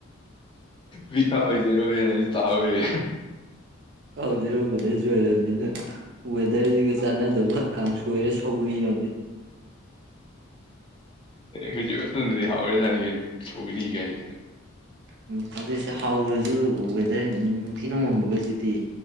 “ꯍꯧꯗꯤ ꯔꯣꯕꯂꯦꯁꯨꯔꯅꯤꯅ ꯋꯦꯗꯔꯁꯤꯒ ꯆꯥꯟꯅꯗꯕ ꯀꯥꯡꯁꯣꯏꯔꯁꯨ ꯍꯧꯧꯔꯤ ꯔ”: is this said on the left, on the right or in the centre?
Right